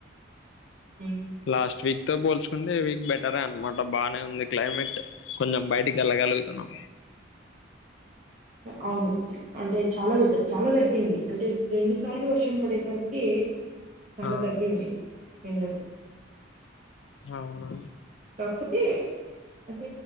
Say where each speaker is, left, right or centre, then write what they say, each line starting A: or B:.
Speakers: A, on the right; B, on the left.
A: హ్మ్.
B: లాస్ట్ వీక్ తో పోల్చుకుంటే ఈ వీక్ బెటరే అనమాట బాగానే ఉంది క్లైమేట్ కొంచెం బయటికి వెళ్ళగలుగుతున్నాం
A: అవును అంటే చాలా బెటర్ చాలా తగ్గింది అంటే రెండు సార్లు వర్షం పడేసరికి కి చాలా
B: ఆ
A: తగ్గింది ఎండలు
B: అవును
A: రాకపోతే రాక